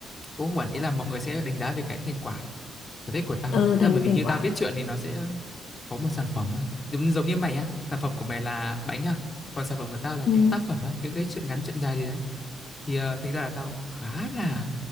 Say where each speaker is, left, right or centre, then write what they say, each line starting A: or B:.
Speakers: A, on the left (about 30°); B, on the left (about 65°).
A: cũng không hẳn ý là mọi người sẽ đánh giá về cái thành quả sở thích của tao
B: Ừ,
A: ấy Tức
B: thành
A: là bởi vì
B: thành
A: như tao
B: quả.
A: viết truyện thì nó sẽ ờ, có một sản phẩm á. giống giống như mày á sản phẩm của mày là bánh ha còn sản phẩm của tao là những
B: Ừ.
A: tác phẩm á những cái chuyện ngắn chuyện dài gì đấy thì ờ, thành ra là tao khá là